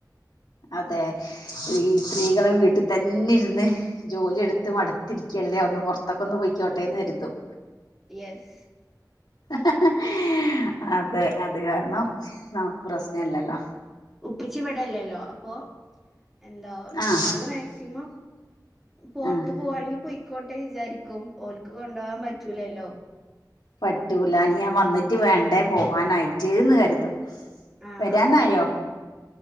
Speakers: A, on the left; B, in the centre.
A: അതെ ഈ സ്ത്രീകള്
B: ഉം
A: വീട്ടിൽ തന്നെ ഇരുന്ന് ജോലിയെടുത്ത് മടു തിരിക്കല്ലേ ഒന്ന് പുറത്തൊക്കെ ഒന്ന് പോയിക്കോട്ടെന്ന് കരുതും
B: യെസ്
A: ഹ ഹ അതെ അത് കാരണം നമുക്ക് പ്രശ്നമില്ലല്ലോ
B: ഉപ്പിച്ചി ഇവിടെ ഇല്ലല്ലോ അപ്പൊ എന്താ
A: ആഹ്
B: ഞമ്മള് മാക്സിമം പൊറത്ത്
A: ആഹ്
B: പോവാണെങ്കിൽ പോയിക്കോട്ടെ വിചാരിക്കും ഓൽക്ക് കൊണ്ടോവാൻ പറ്റൂലല്ലോ
A: പറ്റൂല്ലാന്ന്‌ ഞാൻ വന്നിട്ട് വേണ്ടേ പോകാനായിട്ട്ന്ന് കരുതും
B: ആഹ്
A: വരാന്നായോ
B: ആഹ്